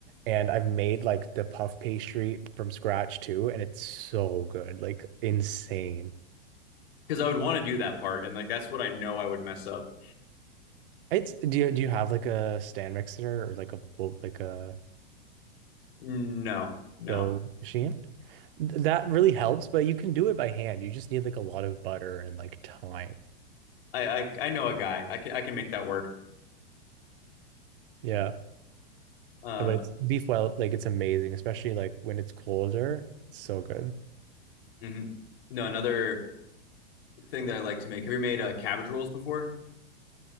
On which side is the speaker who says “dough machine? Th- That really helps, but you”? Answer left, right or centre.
Right